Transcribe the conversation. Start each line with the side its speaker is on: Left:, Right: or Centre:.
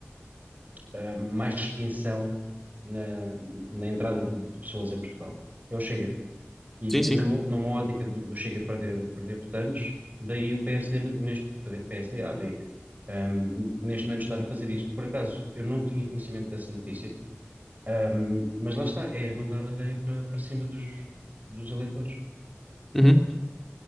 Right: ah, mais distinção na, na entrada de de pessoas em Portugal. É o Chega. E
Centre: Sim,
Right: numa,
Centre: sim.
Right: numa ótica do, do Chega perder, perder votantes, daí o PSD, neste, PSD, AD, hum, neste momento estar a fazer isso. Por acaso, eu não tinha conhecimento dessa notícia, hum, mas lá está, é mandar areia para, para cima dos, dos eleitores.
Centre: Uhum.